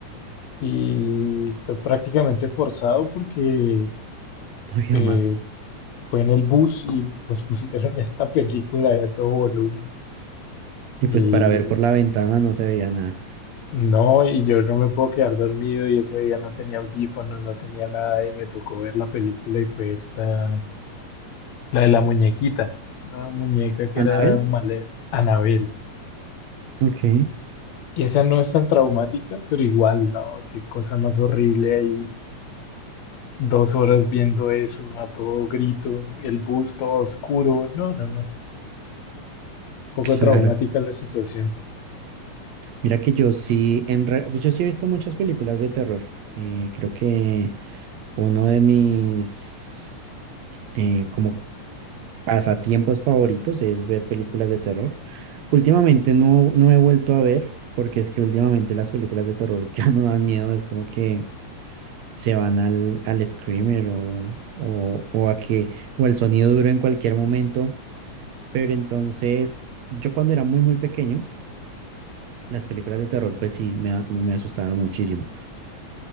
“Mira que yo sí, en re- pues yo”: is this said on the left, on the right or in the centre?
Right